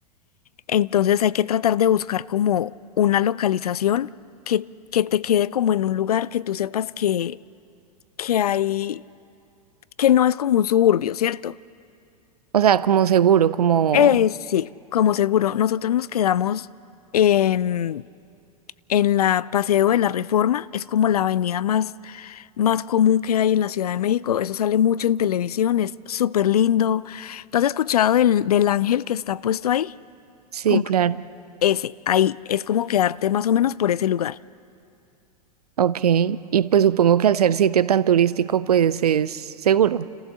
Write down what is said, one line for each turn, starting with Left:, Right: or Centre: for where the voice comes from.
Left: Entonces hay que tratar de buscar como una localización que, que te quede como en un lugar que tú sepas que, que hay, que no es como un suburbio, ¿cierto?
Right: O sea, como seguro, como...
Left: Eh, sí, como seguro, nosotros nos quedamos en, en la Paseo de la Reforma, es como la avenida más, más común que hay en la Ciudad de México, eso sale mucho en televisión, es súper lindo. ¿Tú has escuchado del, del ángel que está puesto ahí?
Right: Sí,
Left: Como
Right: claro.
Left: ese, ahí, es como quedarte más o menos por ese lugar.
Right: Ok, y pues supongo que al ser sitio tan turístico, pues es seguro.